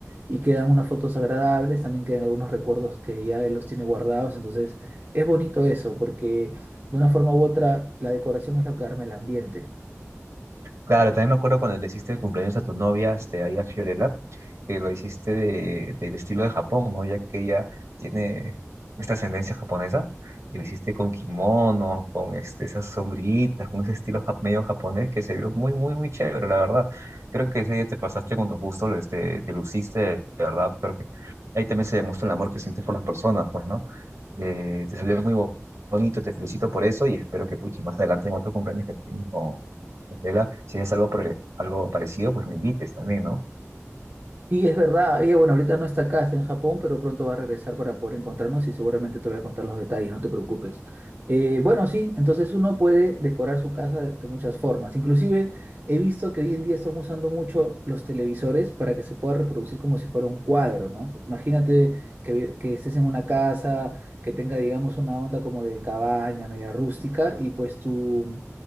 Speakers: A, on the right (about 45°); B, on the right (about 65°).
A: y quedan unas fotos agradables, también quedan algunos recuerdos que ya él los tiene guardados, entonces es bonito eso, porque de una forma u otra la decoración es lo que arma el ambiente.
B: Claro, también me acuerdo cuando le hiciste el cumpleaños a tu novia, este, ahí a Fiorella, que lo hiciste de- del estilo de Japón, ¿no? Ya que ella tiene esta ascendencia japonesa, y lo hiciste con kimono, con este, esas sombrillitas, con ese estilo jap- medio japonés que se vio muy, muy, muy chévere, la verdad. Creo que ese día te pasaste con tus gustos, este, te luciste, de verdad. Creo que ahí también se demuestra el amor que sientes por las personas, pues, ¿no? Eh, te salió muy bo- bonito, te felicito por eso y espero que puches más adelante en otro cumpleaños que tengas con Gabriela, si es algo, por- algo parecido, pues me invites también, ¿no?
A: Y es verdad, ella, bueno, ahorita no está acá, está en Japón, pero pronto va a regresar para poder encontrarnos y seguramente te voy a contar los detalles, no te preocupes. Eh, bueno, sí, entonces uno puede decorar su casa de, de muchas formas. Inclusive he visto que hoy en día están usando mucho los televisores para que se pueda reproducir como si fuera un cuadro, ¿no? Imagínate que, vi- que estés en una casa que tenga, digamos, una onda como de cabaña, media rústica, y pues tú